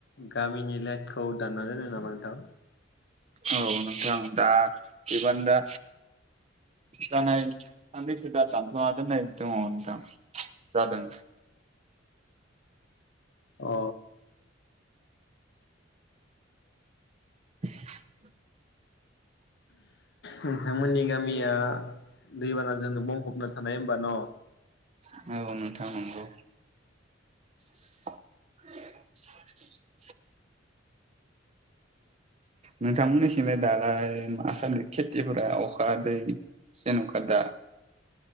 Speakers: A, on the left (about 65°); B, on the right (about 35°).
A: गामिनि लाइन खौ दानना दोनदों नामा नोंथां?
B: औ नोंथां दा एबान दा जानाय साननैसो दा जानथ'आखै नै दङ जादों
A: औ
B: <inaudible>
A: नोंथांमोननि गामिया दैबानाजोंनो बुंफबना थानाय होनबा न'
B: औ नोंथां नंगौ <inaudible> नोंथांमोननिखिंलाय दालाय मा सानदि खेथिफोरा अखा दै जेन'खा दा